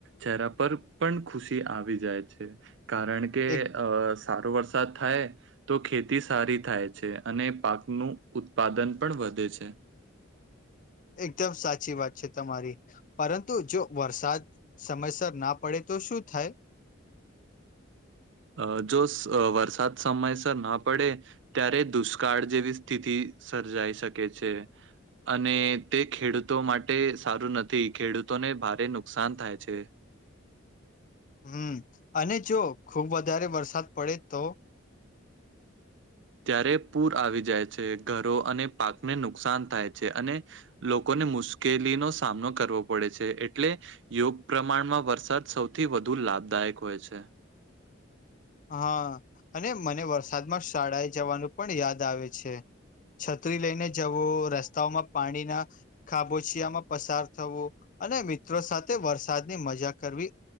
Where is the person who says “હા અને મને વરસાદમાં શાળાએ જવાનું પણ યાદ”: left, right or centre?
Left